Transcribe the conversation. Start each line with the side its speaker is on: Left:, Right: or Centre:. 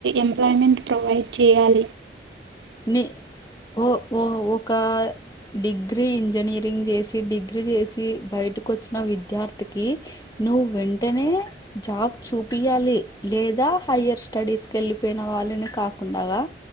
Right: ఎంప్లాయ్మెంట్ ప్రొవైడ్ చేయాలి.
Left: ని ఓ ఓ ఒకా డిగ్రీ ఇంజనీరింగ్ చేసి డిగ్రీ చేసి బయటకు వచ్చిన విద్యార్థికి నువ్ వెంటనే జాబ్ చూపియాలి లేదా హయ్యర్ స్టడీస్కి వెళ్ళిపోయిన వాళ్ళని కాకుండగా